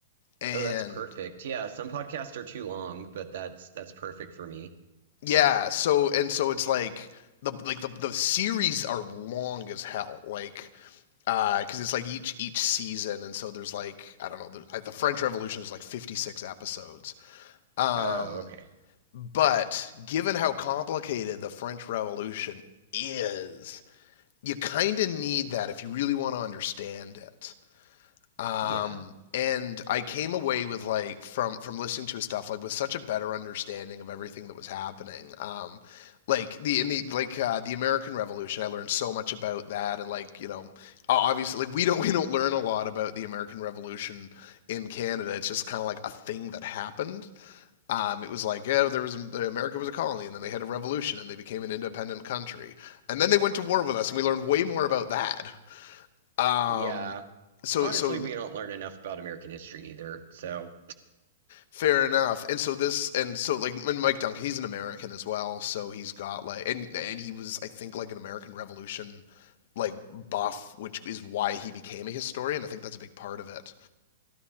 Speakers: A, on the left; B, on the right.
A: and
B: Oh, that's perfect. Yeah, some podcasts are too long, but that's that's perfect for me.
A: yeah, so and so it's like the like the the series are long as hell. Like uh cuz it's like each each season and so there's like I don't know, the, like the French Revolution is like 56 episodes. Um
B: Oh, okay.
A: but given how complicated the French Revolution is, you kind of need that if you really want to understand it. Um,
B: Yeah.
A: and I came away with like from from listening to his stuff like with such a better understanding of everything that was happening. Um, like the in the like uh, the American Revolution, I learned so much about that, and like you know, obviously like we don't <laughs> we don't learn a lot about the American Revolution in Canada. It's just kind of like a thing that happened. Um, it was like yeah, there was the America was a colony, and then they had a revolution, and they became an independent country, and then they went to war with us, and we learned way more about that. Um,
B: Yeah.
A: so
B: Honestly,
A: so
B: we don't learn enough about American history either, so
A: Fair enough. And so this, and so like, and Mike Duncan, he's an American as well, so he's got like, and and he was, I think, like an American Revolution like buff, which is why he became a historian. I think that's a big part of it.